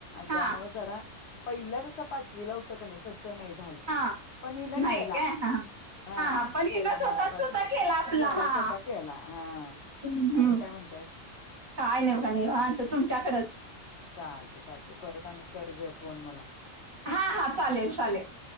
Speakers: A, on the right; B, on the left.
A: हा
B: त्यामुळे जरा पहिल्या जसं पाचवी ला होतं क नाही तसं नाही झालं
A: हा
B: पण हिला
A: नाही
B: केला.
A: काय हा
B: हा
A: पण
B: केला
A: हिनं
B: मनापासून
A: स्वतः स्वतः केला आपला
B: स्वतः
A: हा
B: स्वतः केला हा.
A: हम्म.
B: आणि
A: हम्म.
B: काय म्हणतेस?
A: काय नाही हो का निवांत तुमच्याकडच.
B: चालत चालते परत आणि करवे फोन मला.
A: हा हा चालेल चालेल